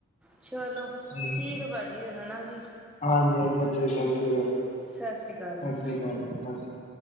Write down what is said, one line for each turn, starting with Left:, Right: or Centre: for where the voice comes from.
Centre: ਚਲੋ
Left: ਹਾਂਜੀ
Centre: ਠੀਕ ਐ ਭਾਜੀ ਫੇਰ ਹਨਾ ਜੀ।
Left: ਹਾਂਜੀ ਹਾਂਜੀ ਅੱਛਾ ਜੀ ਸਤਿ ਸ਼੍ਰੀ ਅਕਾਲ
Centre: ਸਾਸਰੀ ਕਾਲ
Left: ਸਤਿ
Centre: ਜੀ।
Left: ਸ਼੍ਰੀ ਅਕਾਲ ਜੀ ਸਤਿ ਸ਼੍ਰੀ